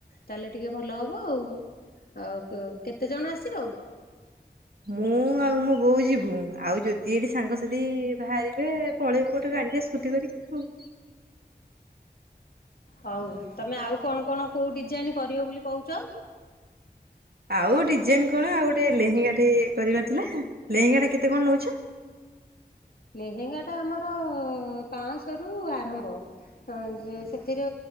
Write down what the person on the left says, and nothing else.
ତାହେଲେ ଟିକେ ଭଲ ହବ ଆଉ ଆଉ କେତେ ଜଣ ଆସିବ?
ହଉ ତମେ ଆଉ କଣ କଣ କେଉଁ ଡିଜାଇନ୍ କରିବ ବୋଲି କହୁଛ? <inaudible>
ଲେହେଙ୍ଗା ଟା ଆମର ପାଞ୍ଚଶହ ରୁ ଆରମ୍ଭ ଯେ ସେଥିରେ